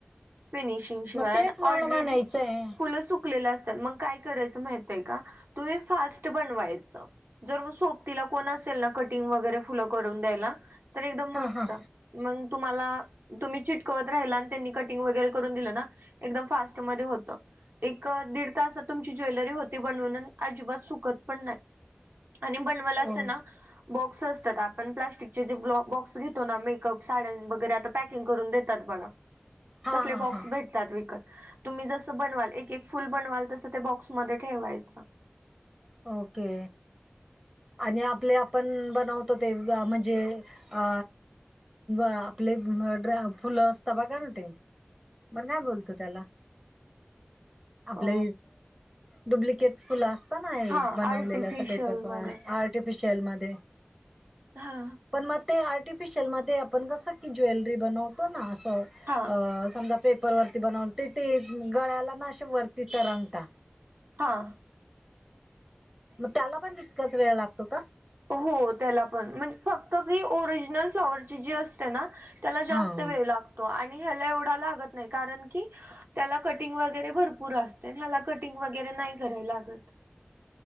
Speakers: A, on the right; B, on the right.
A: फिनिशिंग शिवाय
B: मग तेच मला
A: ऑलरेडी
B: म्हणायचं आहे
A: फुलं सुक सुकलेले असतात, मग तुम्ही काय करायचे माहिती आहें, तुम्ही जर सोबतीला कोण असेल ना कटिंग वगैरे फुल करून द्यायला तर एकदम
B: हां
A: मस्त.
B: हां
A: मग तुम्हाला तुम्ही चिटकवत राहिला, आणि त्यांनी कटिंग वगैरे करून दिलं ना एकदम फास्टमध्ये होत. एक दीड तास तुमची ज्वेलरी होती बनवून अजिबात सुकत पण नाही आणि बनवला अस
B: ओ
A: ना बॉक्स असतात, आपण प्लास्टिकचे जे बॉक्स घेतो ना, मेकअप साड्यां वगैरे आता पॅकिंग करून देतात बघा-श.
B: <inaudible>
A: तसले
B: हां
A: बॉक्स
B: हां
A: भेट विकत तुम्ही जस बनवाल एक- एक फुल बनवाल तस त्या बॉक्स मध्ये ठेवायच.
B: ओके. आणि आपले आपण बनवतो ते म्हणजे अ आपले फुलं असतात बघा ना ते. मग काय बोलतो त्याला? आपले
A: अ
B: डुप्लिकेट् फुलं असतात
A: हा
B: बनवलेलं
A: आर्टिफिशियल
B: अस पेपर्स
A: मध्ये
B: आर्टिफिशियल मध्ये-
A: हा
B: पण मग ते आर्टिफिशियल मध्ये आपण कसं की ज्वेलरी बनवतो ना असं
A: हा
B: अ..... समजा पेपरवररती बनवल ते, ते गळ्याला ना असे वरती तरंगतात.
A: हां
B: मग त्याला पण तितकाच वेळ लागतो का?
A: हो, त्याला पण म्हणजे फक्त की ओरिजनल फ्लॉवरची जी असते ना त्याला जास्त
B: हा
A: वेळ लागतो आणि ह्याला एवढा लागत नाही कारण की त्याला कटिंग वगैरे भरपूर असते मला कटिंग वगैरे नाही कराय लागत.